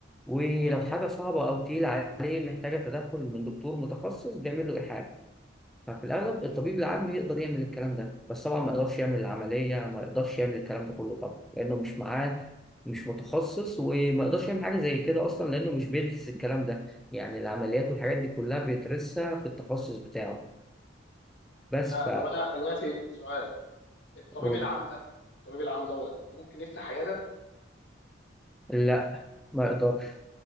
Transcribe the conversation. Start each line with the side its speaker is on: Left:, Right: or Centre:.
Centre: ولو
Left: مم.
Centre: حاجة صعبة أو تقيلة عليه محتاجة تدخل من دكتور متخصص بيعمل له إيحاء ففي الأغلب الطبيب العام يقدر يعمل الكلام ده بس طبعا ما يقدرش يعمل العملية ما يقدرش يعمل الكلام ده كله طبعا لأنه مش معاه مش متخصص وما يقدرش يعمل حاجة زي كده أصلا لأنه مش بيدرس الكلام ده يعني العمليات والحاجات دي كلها بيدرسها في التخصص بتاعه بس
Left: انا
Centre: ف
Left: طب انا دلوقتي سؤال الطبيب
Centre: قول
Left: العام ده الطبيب العام دوت ممكن يفتح عياده
Centre: لا ما يقدرش